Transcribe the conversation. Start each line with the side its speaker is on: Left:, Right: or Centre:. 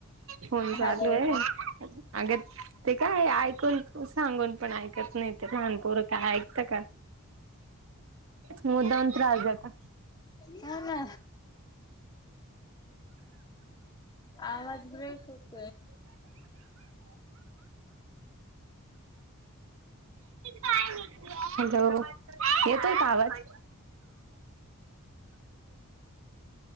Right: फोन चालू
Left: हॅलो
Right: आहे अग ते काय ऐकून तू सांगून पण ऐकत नाही ते लहानपूर का ऐकत का मुद त्रास जात
Left: ह ना आवाज ब्रेक होत
Right: ह हॅलो येतोय का आवाज